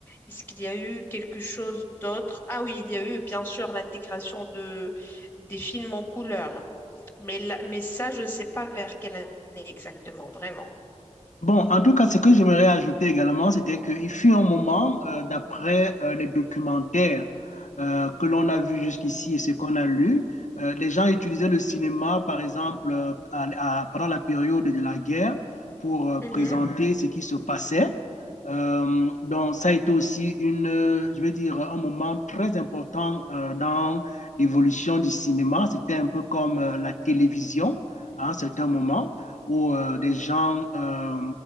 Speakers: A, on the left; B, on the left.
A: Est-ce qu'il y a eu quelque chose d'autre? Ah oui, il y a eu bien sûr l'intégration de, des films en couleur. Mais, là- mais ça, je ne sais pas vers quelle année exactement, vraiment.
B: Bon, en tout cas, ce que j'aimerais ajouter également, c'était qu'il fut un moment, euh, d'après euh, les documentaires euh, que l'on a vus jusqu'ici et ce qu'on a lu, euh, les gens utilisaient le cinéma, par exemple, euh, à- à- pendant la période de la guerre pour euh,
A: Mhm.
B: présenter ce qui se passait. Euh, donc, ça a été aussi une, euh, je vais dire, un moment très important euh, dans l'évolution du cinéma. C'était un peu comme euh, la télévision à un certain moment où euh, des gens euh,